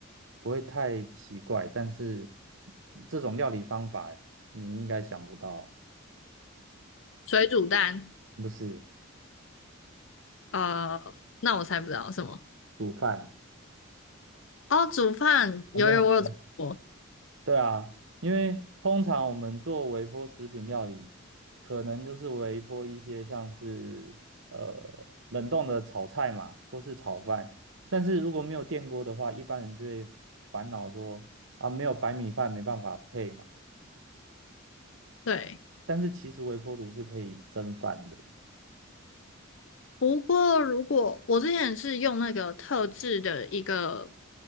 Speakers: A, on the right; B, on the left.
A: 不会太奇怪，但是这种料理方法你应该想不到，
B: 水煮蛋？
A: 不是
B: 呃，那我猜不到什么。
A: 煮饭，
B: 哦，煮饭，有有我有做过，
A: 有没有？对啊，因为通常我们做微波食品料理，可能就是微波一些像是呃冷冻的炒菜嘛，或是炒饭。但是如果没有电锅的话，一般人就会烦恼说啊，没有白米饭没办法配嘛。
B: 对。
A: 但是其实微波炉是可以蒸饭的。
B: 不过，如果我之前是用那个特制的一个